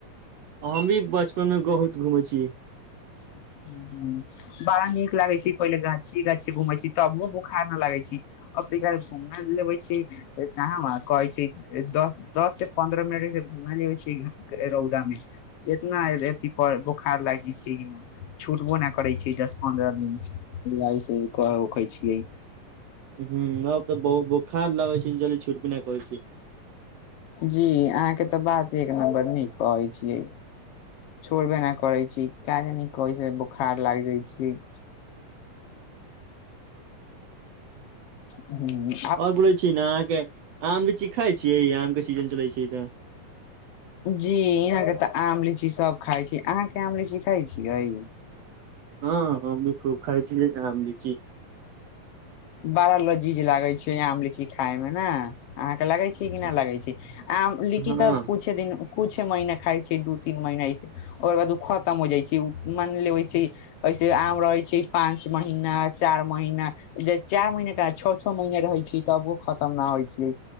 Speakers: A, on the right; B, on the left.
A: हम भी बचपन मे बगुत घूमै छी
B: हू <inaudible> <unintelligible> बड़ा नीक लागै छै पहिले गाछी गाछी घूमै छै तबो बोखार न लगै छै अप घूमा लेबै छै कहाँ व कहै छै दस दस से पन्द्रह मिनटस घूम लेबै छ रौदा मे एतना अथी पर बोखार लागिय छिय कि छूटबो नहि करै छैै दस पन्द्रह दिन लै छै उखै छियै
A: ह अब तऽ बहु बोखार लगै छै ज जली छुटबो नहि करै छै
B: जी अहाँ के तऽ बात एक
A: ह
B: नम्बर नै कहै छियै छोड़बे नहि करै छी काज न करै छै बोखार लाग जाइ छीय हू
A: ओगरै छीए न अहाँके आम लिची खाइ छियै आम के सीजन चलै छै तऽ
B: जी यहां के तऽ आम लीची सब खाइ छै अहाँ के आम लीची खाय छियै
A: हँ हमँभी खूब खाइ छीयै आमी छी
B: बड़ा लजीज लागै छै आम लीची खाय मे नै अहाँके लगै छी कि नहि
A: हँ
B: लगै छी आ लीची
A: हँ,
B: तऽ कुछ कुछे दिन कुछ महीना खाइ छै दू तीन महीना एसे ओकर बाद ओ खतम हो जाइ छै मन लेबै छै ऐसे आम रहै छै पाँच महीना चारि महीना जे चारि महीने के छओ छओ महीने रहै छीय तबो खतम न होइ छियै